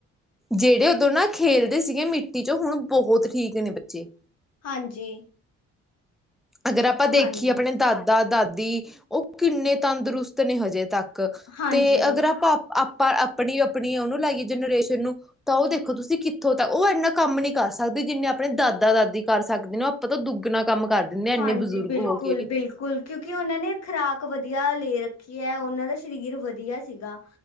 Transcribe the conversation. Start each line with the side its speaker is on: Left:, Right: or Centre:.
Centre: ਜੇੜੇ ਓਦੋਂ ਨਾ ਖੇਲਦੇ ਸੀਗੇ ਨਾ ਮਿੱਟੀ ਚੋਂ, ਹੂਣ ਬਹੋਤ ਠੀਕ ਨੇ ਬੱਚੇ।
Left: ਹਾਂਜੀ।
Centre: ਅਗਰ ਆਪਾਂ ਦੇਖੀਏ
Left: ਹਾਂਜੀ
Centre: ਆਪਣੇ ਦਾਦਾ-ਦਾਦੀ, ਓ ਕਿੰਨੇ ਤੰਦਰੁਸਤ ਨੇ ਹਜੇ ਤੱਕ।
Left: ਹਾਂਜੀ
Centre: ਤੇ ਅਗਰ ਆਪ, ਆਪਾਂ ਆਪਨੀ-ਆਪਨੀ ਓਨੂੰ ਲਾਈਏ ਜਨਰੇਸ਼ਨ ਨੂੰ ਤਾਂ ਓ ਦੇਖੋ ਤੁਸੀਂ ਕਿੱਥੋਂ ਤੱਕ, ਓ ਇਨਾ ਕੰਮ ਨੀ ਕਾਰ ਸਕਦੇ ਜਿੰਨੇ ਆਪਣੇ ਦਾਦਾ-ਦਾਦੀ ਕਾਰ ਸਾਕਦੀ ਆਂ। ਪਤਾ ਓ ਦੁੱਗਨਾ ਕਾੰਮ ਕਰ ਦਿੰਦੇ ਆ ਇੰਨੇ
Left: ਹਾਂਜੀ,
Centre: ਬਜ਼ੁਰਗ
Left: ਬਿਲਕੁਲ-ਬਿਲਕੁਲ।
Centre: ਹੋ ਕੇ ਵੀ
Left: <unintelligible> ਕੇਓਕਿ ਓਨਾਂ ਨੇ ਖਰਾਕ ਵਦੀਆ ਲੇ ਰੱਖੀ ਐ, ਓਨਾਂ ਦਾ ਸ਼ਰੀਰ ਵਦੀਆ ਸੀਗਾ।